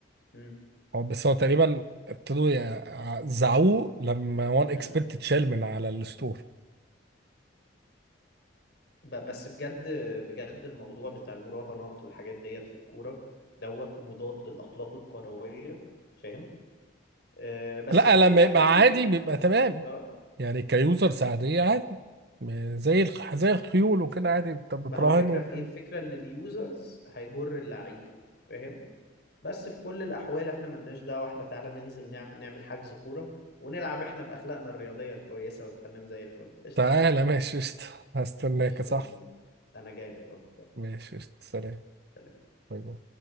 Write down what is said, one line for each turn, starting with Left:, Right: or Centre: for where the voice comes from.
Left: امم
Right: هو بس هو تقريبا ابتدوا يع- زعوه لما 1 اكس
Left: امم
Right: بت اتشال من على الستور
Left: ب- بس بجد بجد الموضوع بتاع المراهنات والحاجات ديت في الكورة دوت مضاد للأخلاق الكروية فاهم آه بس
Right: لا
Left: في كل
Right: لما
Left: الأحوال
Right: يبقى عادي بيبقى تمام
Left: اه
Right: يعني كيوزرز عاديه عادي م- زي الخ- زي الخيول وكده عادي بت- بتراهن
Left: ما هو الفكرة
Right: و-
Left: في ايه الفكرة ان اليوزرز هيجر اللعيبة فاهم بس في كل الاحوال احنا ملناش دعوة احنا تعالى ننزل نع... نعمل حجز كورة ونلعب احنا باخلاقنا الرياضية الكويسة والتمام زي الفل قشطة
Right: تعالى ماشي قشطة هستناك
Left: قشطة
Right: يا صاحبي
Left: يا زميلي انا جاي لك اهو يلا
Right: ماشي قشطة سلام
Left: سلام.
Right: باي باي.